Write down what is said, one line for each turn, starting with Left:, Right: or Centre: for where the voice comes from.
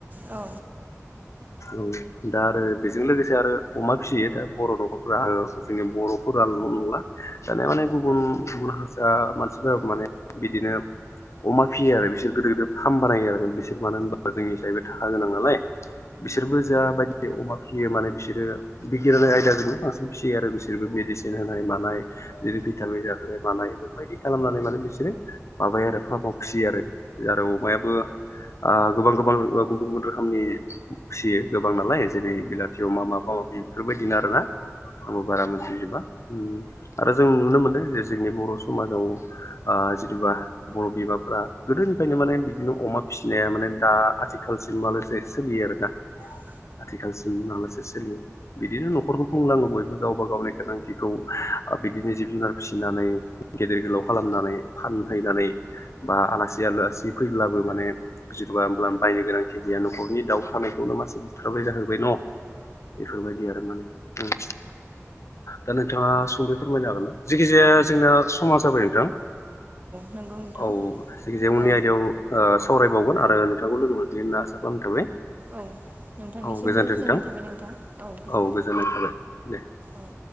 Right: औ
Left: ओं दा आरो बेजों लोगोसे आरो अमा फिसियो दा बर' न'खरफोरा औ। जोंनि बर'फोराल' नङा दानिया माने गुबुन गुबुन ओ मानसिफोराबो माने बिदिनो अमा फियो आरो बिसोर गोदोर गो फार्म बानायो आरो बिसोर मानो होनबा जोंनिसायबो थाखा गोनां नालाय। बिसोरबो जाबायदि अमा फियो माने बिसोरो बिगियानारि आयदाजोंबो बांसिन फियो आरो बिसोरबो मेडिसिन होनाय मानाय दिनो भिटामिन जाहोनाय मानाय बायदि खालामनानै माने बिसोरो माबायो आरो फाव फाव फियो आरो आरो अमायाबो ओ गोबां गोबां ओ गुबुंगोद रोखोमनि फिसियो गोबां नालाय जेरै बिलाथि अमा माबा माबि बेफोरबायदिनो आरोना। आंबो बारा मिथिजोबा उम आरो जों नुनो मोनदों जे जोंनि बर' समाजाव ओ जिथुबा बर' बिमाफोरा गोदोनिफायनो माने बिदिनो अमा फिसिनाया माने दा आथिखालसिम माखासे सोलियो आरोना।
Right: ज
Left: आथिखालसिम मालासे सोलियो। बिदिनो न'खरखौ खुंलाङो बयबो गावबा गावनि गोनांथिखौ ओ बिदिनो जिब जुनार फिसिनानै गेदेर गोलाव खालामनानै फान फैनानै बा आलासि आलासि फैब्लाबो माने जेन'बा होमब्ला बायनो गोनांथि गैया न'खरनि दाउ थानायखौनो मासे बुथारबाय जाहोबाय न'। बेफोरबादि आरो आरो माने। उम दा नोंथाङा सुंदयै फोरमायनो हागोन ना जेखि जाया जोंनाया समा जाबाय नोंथां
Right: नंगौ नोंथां
Left: औ जेखि जाया उननि
Right: ओ
Left: आयदायाव ओ सावरायबावगोन आरो नोंथांखौ लोगो मोनफिनगोन होनना आसा खालामनाय थाबाय।
Right: औ नोंथांनिसिमबो
Left: औ गोजोन्थों
Right: गोजोननाय
Left: नोंथां
Right: थाबाय नोंथां गोजोन्थों
Left: औ गोजोननाय थाबाय दे।
Right: औ